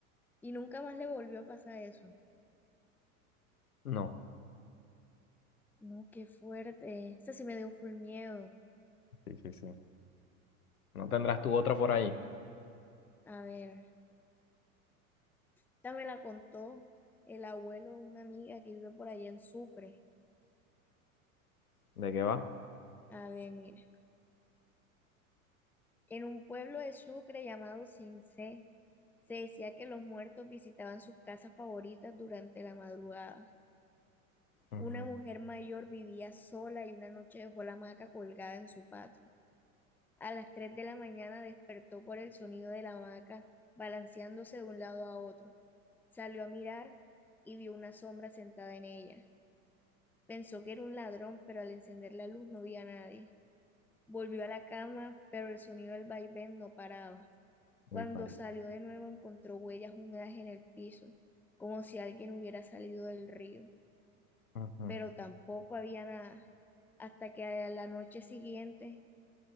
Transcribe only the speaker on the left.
No,
sí, sí, sí. ¿No tendrás tú otra por ahí?
¿De qué va?
Ujú.
Uy, marica.
Ujú.